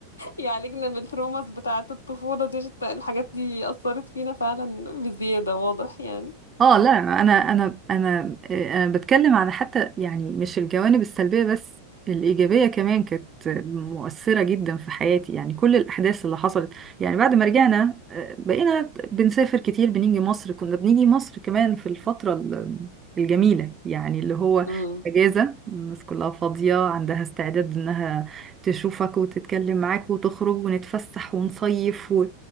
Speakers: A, on the left; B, on the right.
A: يعالجنا من الtraumas بتاعة الطفولة دي عشان الت الحاجات دي أثّرت فينا فعلًا بزيادة واضح يعني.
B: اه لا انا انا انا آه، انا بتكلم عن حتى يعني مش الجوانب السلبيه بس الايجابيه كمان كانت مؤثره جدا في حياتي يعني كل الاحداث اللي حصلت يعني بعد ما رجعنا آه، بقينا بنسافر كتير بنيجي مصر كنا بنيجي مصر كمان في الفتره ال- الجميله يعني اللي هو
A: إمم،
B: اجازه الناس كلها فاضيه عندها استعداد انها تشوفك وتتكلم معاك وتخرج ونتفسح ونصيف و...